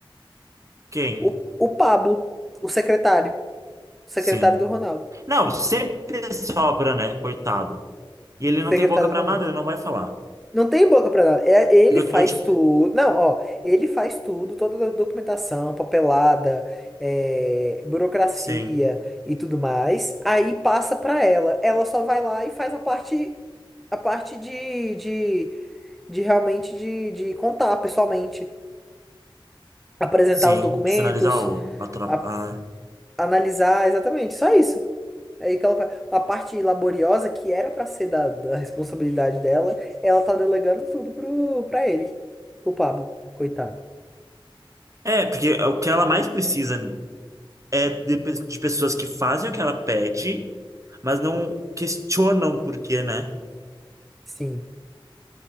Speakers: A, on the right; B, in the centre.
A: Quem?
B: O, o Pablo, o secretário, o secretário
A: Sim.
B: do Ronaldo.
A: Não, sempre sobra, né? Coitado. E ele
B: Secretário
A: não tem boca pra
B: do Ronaldo.
A: nada, ele não vai falar.
B: Não tem boca pra nada. É, ele
A: Porque
B: faz
A: eu, eu ti-
B: tudo. Não, ó, ele faz tudo, toda a documentação, papelada, é, burocracia
A: Sim,
B: e tudo mais. Aí passa pra ela. Ela só vai lá e faz a parte, a parte de, de, de realmente de, de contar pessoalmente, apresentar
A: sim,
B: os documentos,
A: de finalizar o, a, tra-
B: a-
A: a-
B: analisar, exatamente, só isso. Aí que ela faz. A parte laboriosa que era pra ser da, da responsabilidade dela, ela tá delegando tudo pro, pra ele. Pro Pablo, coitado.
A: É, porque o que ela mais precisa é de, pe- de pessoas que fazem o que ela pede, mas não questionam por quê, né?
B: Sim,